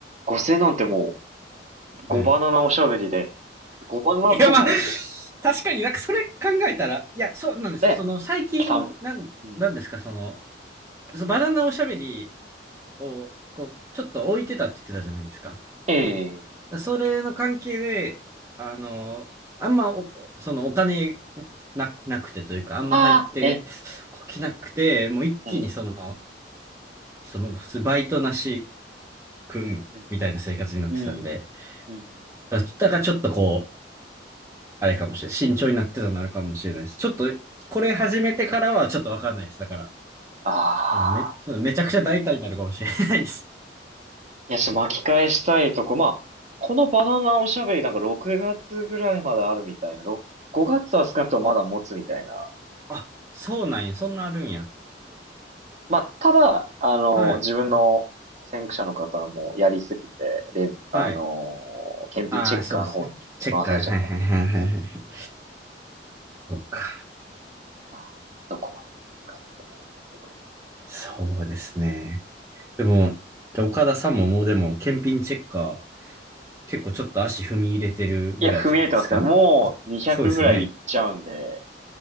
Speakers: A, on the right; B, on the right.
A: 5000なんてもう、5バナナおしゃべりで、
B: はい。
A: 5バナナ交換を、
B: いや、まあ、確かになんかそれ考えたら、いや、そうなんですよ。
A: ね、
B: その、最近、
A: 3、
B: なん、
A: うん、
B: なんですか、その、そのバナナおしゃべりを、こう、ちょっと置いてたって言ってたじゃないですか。
A: ええ
B: それの関係で、あの、あんまお、そのお金な、なくてというか、あんま入ってこきなくて、
A: ああ、ええ、
B: もう一気にその、
A: ええ、
B: その、普通バイトなし君みたいな生活になってたんで、
A: うん、うん、うん。
B: だだからちょっとこう、あれかもしれない。慎重になってたのあるかもしれないです。ちょっと、これ始めてからはちょっとわかんないです。だから、
A: あ
B: あのめ、
A: あ。
B: そうめちゃくちゃ大胆になるかもしれないです。
A: いや、ちょっと巻き返したいとこ、まあ、このバナナおしゃべりなんか6月ぐらいまであるみたいな、ろ5月は少なくともまだ持つみたいな。
B: <laughs> あ、あ、そうなんや。そんなあるんや。
A: まあ、ただ、あの、
B: はい。
A: 自分の先駆者の方はもうやりすぎて、で、あの、
B: はい。
A: 検品チェッカーの方に回されちゃったんで、
B: ああ、そうですね。チェッカー。はいはいはいはいはい。そうか。
A: まあ、どこまでできるかってところなんですけど。
B: そうですね。でも、岡田さんももうでも、検品チェッカー、結構ちょっと足踏み入れてるぐらいじゃないですか
A: いや、踏み入れてますね。もう200ぐらいいっちゃうんで、
B: そうですよね。